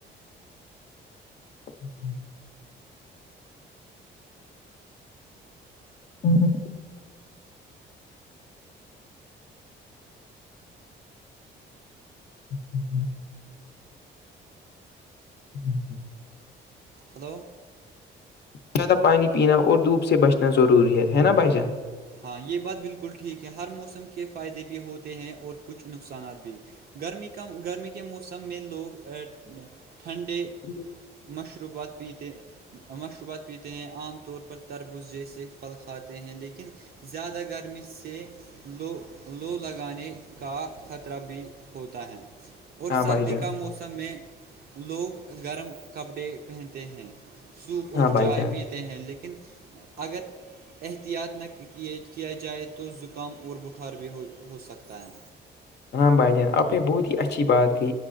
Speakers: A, on the left; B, on the right.
A: <unintelligible> ہوں <unintelligible> جی جی
B: ہلو
A: زیادہ پانی پینا اور دھوپ سے بچنا ضروری ہے ہے نا بھائی جان
B: ہاں یہ بات بالکل ٹھیک ہے ہر موسم کے فائدے بھی ہوتے ہیں اور کچھ نقصانات بھی گرمی کام گرمی کے موسم میں لوگ ٹھنڈے
A: ج جی
B: مشروبات پیتےے مشروبات پیتے ہیں عام طور پر تربوز جیسے پھل کھاتے ہیں لیکن زیادہ گرمی سے لو لو لگانے کا خطرہ بھی ہوتا ہے اور
A: ہاں
B: سردی
A: بھائی جان
B: کا موسم میں لوگ گرم کپڑے پہنتے ہیں سوپ اور
A: ہاں بھائی
B: چائے
A: جان
B: پیتے ہیں لیکن اگر احتیاط نہ یہ کیا جائے تو زکام اور بخار بھی ہو ہو سکتا ہے
A: ہاں بھائی جان آپ نے بہت ہی اچھی بات کہ